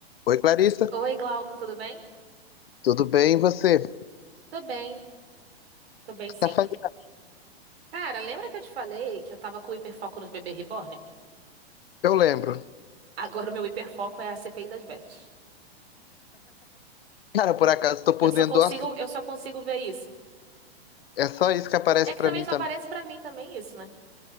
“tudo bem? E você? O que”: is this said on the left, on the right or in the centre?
Left